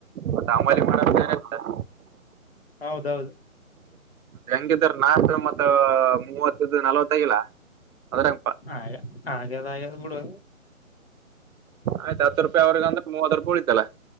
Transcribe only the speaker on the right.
ವಟ್ ಹಮಾಲಿ ಮಾಡಾಕ
ಹೆಂಗಿದ್ರೆ ನಾಲ್ಕು ಮತ್ತು ಮೂವತ್ತಿದ್ದು ನಲ್ವತ್ತು ಆಗಿಲ್ಲ ಅದ್ರಂಗಪ
ಆಯ್ತು ಹತ್ತು ರೂಪಾಯಿ ಅವರಿಗೆ ಅಂದ್ರೆ ಮೂವತ್ತು ರೂಪಾಯಿ ಉಳಿತಲ್ಲ.